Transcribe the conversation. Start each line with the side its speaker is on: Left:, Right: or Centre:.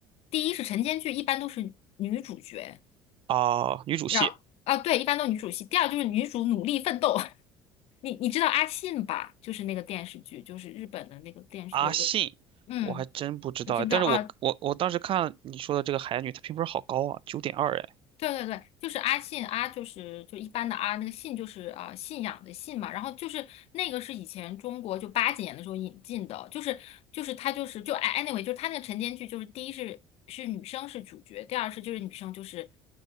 Left: 第一是晨间剧一般都是女主角，
Right: 啊，女主戏
Left: 让啊对，一般都女主戏，第二就是女主努力奋斗，<laughs> 你你知道阿信吧？就是那个电视剧，就是日本的那个电视有一个，
Right: 阿信。
Left: 嗯，
Right: 我还真不知道，
Left: 知不知道啊？
Right: 但是我我我当时看了你说的这个海女，她评分好高啊，九点二哎
Left: 对对对，就是阿信，阿就是就一般的阿，那个信就是啊、呃信仰的信嘛，然后就是那个是以前中国就八几年的时候引进的，就是就是他就是就哎 anyway，就是他那个晨间剧，就是第一是是女生是主角，第二是就是女生就是